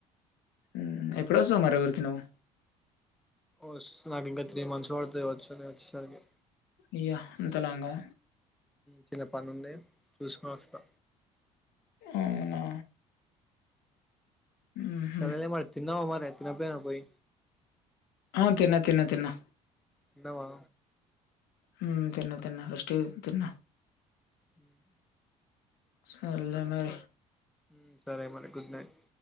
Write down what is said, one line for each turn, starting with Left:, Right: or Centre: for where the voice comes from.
Left: ఉమ్ ఎప్పుడు వస్తావ్ మరి ఊరికి నువ్
Centre: ఓ <unintelligible> నాకు ఇంకా త్రీ మంత్స్ పడతది వచ్చుని వచ్చేసరికి
Left: ఇయ్య అంతలాంగా
Centre: చిన్న పని ఉంది చూసుకొని వస్తా
Left: అవునా ఊహు
Centre: సరేలే మరి తిన్నావా మరి <unintelligible> పోయి
Left: ఆ తిన్న తిన్న తిన్నా
Centre: న్నవా
Left: హ్మ్ తిన్న తిన్న ఫస్ట్ తిన్న
Centre: హ్మ్
Left: సర్లే మరి
Centre: హ్మ్ సరే మరి గుడ్ నైట్